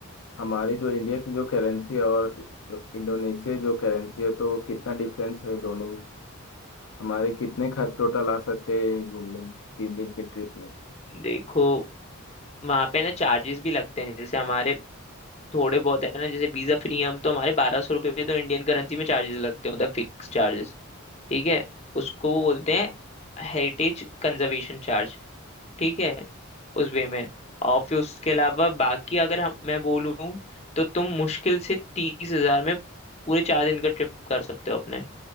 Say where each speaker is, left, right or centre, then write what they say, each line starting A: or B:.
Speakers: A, on the left; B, on the left.
A: हमारी जो इंडिया की जो करेंसी है और जो इंडोनेशिया जो करेंसी है तो कितना डिफरेंस है दोनों में हमारे कितने खर्च टोटल आ सकते हैं घूमने में तीन दिन की ट्रिप में
B: देखो वहां पे ना चार्जेस भी लगते हैं जैसे हमारे थोड़े बहुत है ना जैसे वीजा फ्री हम तो हमारे बारह सौ रुपये तो इंडियन करेंसी में चार्जेस लगते होते हैं मतलब फिक्स चार्जेस ठीक है उसको वो बोलते हैं हेरिटेज कंजर्वेशन चार्ज ठीक है उस वे में और फिर उसके अलावा बाकी अगर हम मैं बोलूँ तो तुम मुश्किल से तीस हजार में पूरे चार दिन का ट्रिप कर सकते हो अपने